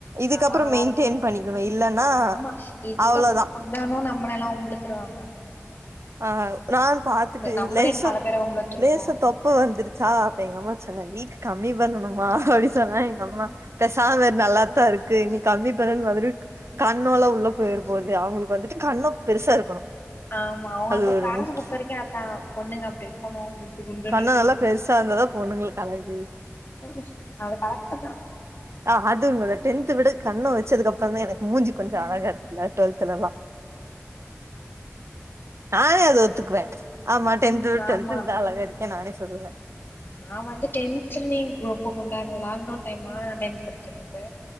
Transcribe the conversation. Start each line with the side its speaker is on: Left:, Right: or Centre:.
Right: இதுக்கப்புறோ
Left: அதா நல்லா
Right: மெயின்டெயின்
Left: இருக்கு
Right: பண்ணிக்கணு இல்லன்னா
Left: ஆமா இதுக்கு
Right: அவ்ளோதா
Left: அப்புறோ குண்டானோ நம்பளல்ல வொம்பிலுத்துருவாங்க
Right: ஆ நான் பாத்துட்டு
Left: நம்மளே
Right: லேசா
Left: பல பேர வம்பிழுத்துருக்கோ
Right: லேசா தொ ப்ப வந்துருச்சா அப்ப எங்க அம்மா சொன்ன வெய்ட் கம்மி பண்ணணுமா அப்டின் சொன்னா எங்க அம்மா பெசாம இரு நல்லாத்தா இருக்கு நீ கம்மி பண்ணனுன் மாதிரி கண்ணோல்லா உள்ள போயிற போது அவுங்களுக்கு வந்துட்டு கண்ணோ பெருசா இருக்கணு
Left: ஆமா அவங்க
Right: அது
Left: அப்ப
Right: ஒரு
Left: பேரட்ஸ்ஸ
Right: முக்கிய
Left: பொறுத்த வரைக்கு அதா பொண்ணுங்க அப்டி இருக்கணு குண்டு குண்டுன்னுட்ருக்கணு
Right: கண்ணோ நல்லா பெருசா இருந்தாதா பொண்ணுங்களுக்கு அழகு
Left: ஆ அது கரெக்ட்டு தா
Right: ஆ அது உண்ம தா டென்த்து விட கண்ணோ வச்சதுக்க அப்றோந்தா எனக்கு மூஞ்சி கொஞ்சோ அழகா இருக்கு இல்ல டுவெல்த்துலல்லா நானே அத ஒத்துக்குவே ஆமா டென்த்து
Left: ம்
Right: விட டுவெல்த்துல
Left: ஆமா
Right: தா அழகா இருக்கேனு நானே சொல்லுவே
Left: நா வந்து டென்த்துலயுமே ரொம்ப குண்டா குண்டா இருந்தே லாக்டவுன் டைமா டென்த்து படிக்கும் போது